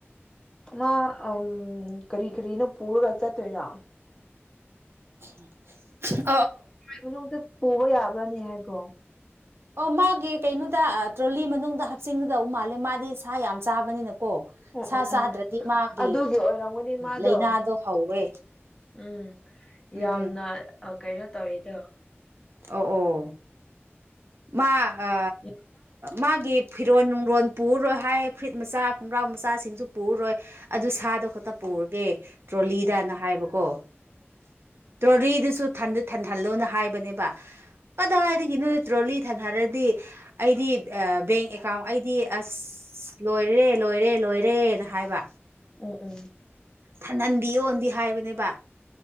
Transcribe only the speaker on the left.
ꯃꯥ ꯑꯝ ꯀꯔꯤ ꯀꯔꯤꯅꯣ ꯄꯨꯔꯒ ꯆꯠꯇꯣꯏꯔꯣ
ꯃꯅꯨꯡꯗ ꯄꯨꯕ ꯌꯥꯕ꯭ꯔꯅꯦ ꯍꯥꯏꯕꯣ
ꯎꯝ
ꯎꯝ
ꯎꯝ
ꯑꯗꯨꯒꯤ ꯑꯣꯏꯔꯝꯒꯅꯤ ꯃꯥꯗꯣ
ꯎꯝ ꯌꯥꯝꯅ
ꯀꯩꯅꯣ ꯇꯧꯋꯤꯗꯣ
ꯎꯝ ꯎꯝ ꯎꯝ ꯑꯣ ꯎꯝ ꯎꯝ ꯎꯝ
ꯎꯝ ꯎꯝ